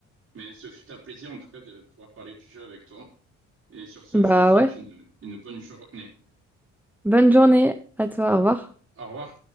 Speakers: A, on the right; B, in the centre.
A: Mais ce fut un plaisir, en tout cas, de pouvoir parler du jeu avec toi. Et sur ce,
B: Bah
A: je te souhaite
B: ouais.
A: une, une bonne journée.
B: Bonne journée à toi. Au revoir.
A: Au revoir.